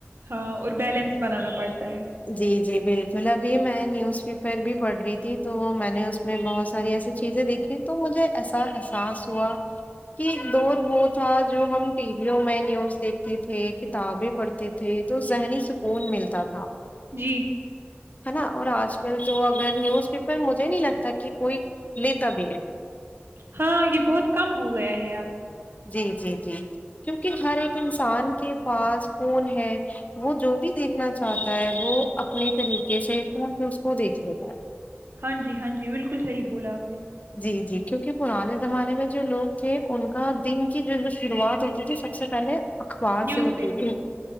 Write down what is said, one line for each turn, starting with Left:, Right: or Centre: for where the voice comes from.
Right: ہاں اور بیلنس بنانا پڑتا رہاہ ہے
Left: جی جی بالکل ابھی میں نیوز پیپر بھی پڑھ رہی تھی تو میں نے اس میں بہت ساری ایسی چیزیں دیکھی تو مجھے ایسا احساس ہوا کہ ایک دور وہ تھا جو ہم ٹی ویوں میں نیوز دیکھتے تھے کتابیں پڑھتے تھے تو ذہنی سکون ملتا تھا
Right: جی
Left: ہے نا اور آج کل تو اگر نیوز پیپر مجھے نہیں لگتا کہ کوئی لیتا بھی ہے
Right: ہاں یہ بہت کم ہو گیا ہے اب
Left: جی جی جی کیونکہ ہر ایک انسان کے پاس فون ہے وہ جو بھی دیکھنا چاہتا ہے وہ اپنے طریقے سے فون پہ اس کو دیکھ لیتا ہے
Right: ہاں جی ہاں جی بالکل صحی بولا آپ نے
Left: جی جی کیوںکہ پرانے زمانے میں جو لوگ تھے ان کا دن کی جو شروعات ہوتی تھی سب سے پہلے اخبار
Right: نیوز
Left: سے ہوتی
Right: پیپر
Left: تھی